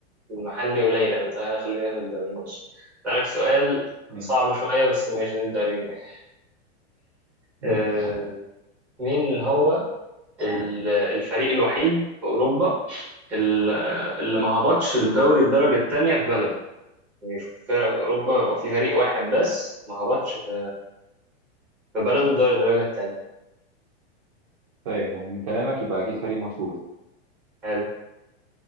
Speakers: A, in the centre; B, on the right.
A: المحلي قليل أوي طيب أنا خلينا في الدولي ماشي أسألك سؤال
B: ماشي
A: صعب شوية بس ماشي نبدأ بيه ماشي.
B: ماشي.
A: آه... مين هو ال- الفريق الوحيد في أوروبا ال- اللي ما هبطش الدوري الدرجة التانية في بلده يعني في فرق أوروبا يبقى في فريق واحد بس ما هبطش في في بلده الدوري الدرجة التانية
B: طيب ومن كلامك يبقى اكيد فريق مشهور
A: حلو